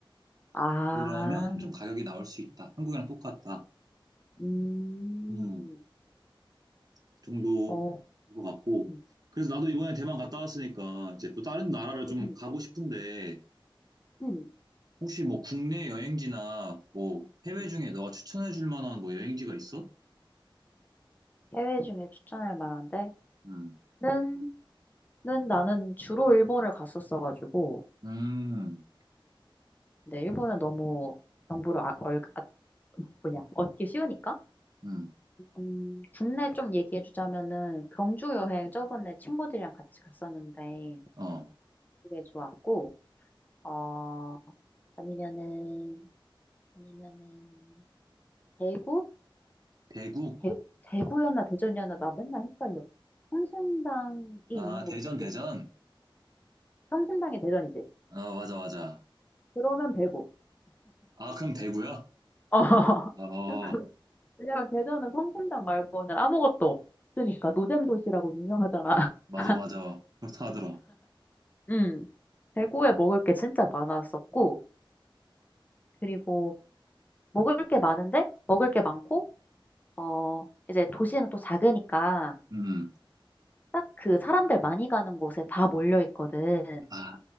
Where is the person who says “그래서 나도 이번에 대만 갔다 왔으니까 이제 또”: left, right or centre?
Right